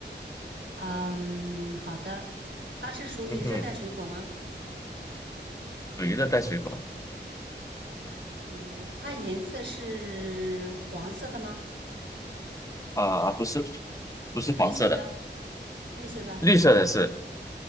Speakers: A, on the right (about 80°); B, on the left (about 15°).
A: 嗯，好的。它是属于热带水果吗？
B: 嗯哼，属于热带水果。
A: 属于它颜色是黄色的吗？
B: 啊、不是，不是黄色的，
A: 绿色的，绿色的，
B: 绿色的是，